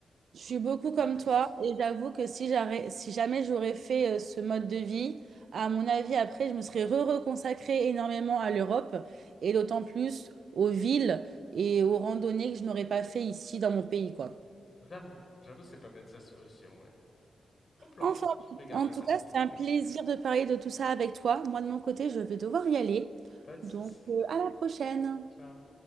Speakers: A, on the right; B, on the left.
A: Je suis beaucoup comme
B: très triste.
A: toi et j'avoue que si j'arrê- si jamais j'aurais fait euh, ce mode de vie, à mon avis, après, je me serais re-reconsacrée énormément à l'Europe et d'autant plus aux villes et aux randonnées que je n'aurais pas fait ici dans mon pays, quoi.
B: J'avoue, j'avoue, c'est pas bête, ça se fait aussi, en vrai. Bon plan.
A: Enfin,
B: Je peux garder
A: en tout
B: ça
A: cas,
B: en tête.
A: c'était un
B: <laughs>
A: plaisir de parler de tout ça avec toi. Moi, de mon côté, je vais devoir y aller.
B: Pas de souci.
A: Donc, euh, à la prochaine.
B: Ciao.